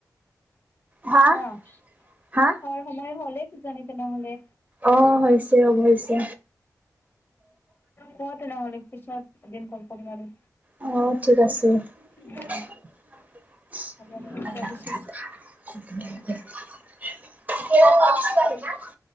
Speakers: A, on the right (about 25°); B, on the left (about 35°).
A: হা
B: ন'
A: হা
B: খোৱাৰ সময় হলে কিজানি তেনেহ'লে?
A: অ' হৈছে হ'ব হৈছে।
B: কোৱা তেনেহ'লে পিছত এদিন কল কৰিম আৰু।
A: অ ঠিক আছে।
B: উম
A: <unintelligible>
B: হ'ব দে ৰাখিছোঁ